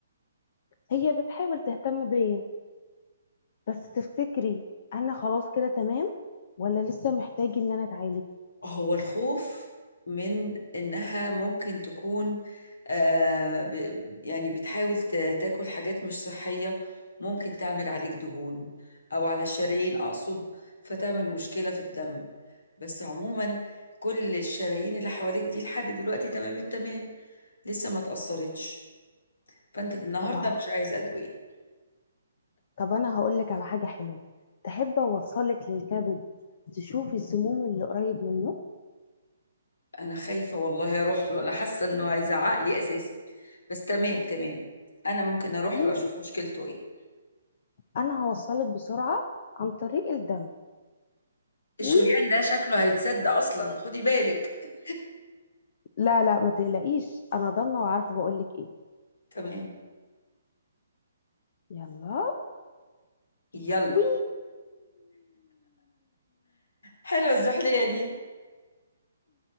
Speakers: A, on the left (about 45°); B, on the left (about 70°).
A: هي بتحاول تهتم بيا بس تفتكري انا خلاص كده تمام ولا لسه محتاج ان انا اتعالج
B: هو الخوف من إنها ممكن تكون آه ب يعني بتحاول ت- تاكل حاجات مش صحية ممكن تعمل عليك دهون أو على الشرايين أقصد فتعمل مشكلة في الدم بس عموما كل الشرايين اللي حواليك دي لحد دلوقتي تمام التمام لسه ما تأثرتش فأنت النهاردة
A: طب
B: مش عايزة أدوية
A: طب انا هقول لك على حاجه حلوه تحب اوصلك للكبد تشوفي السموم اللي قريب منه
B: أنا خايفة والله أروح له أنا حاسة إنه هيزعق لي أساسا بس تمام تمام أنا ممكن أروح
A: ليه
B: له أشوف
A: كده
B: مشكلته إيه
A: انا هوصلك بسرعه عن طريق الدم
B: الشريان
A: وي
B: ده شكله هيتسد اصلا خدي بالك
A: لا لا ما تقلقيش انا ضامنه وعارفه بقول لك ايه
B: تمام
A: يلا
B: يلا
A: وي
B: حلوة الزحلية دي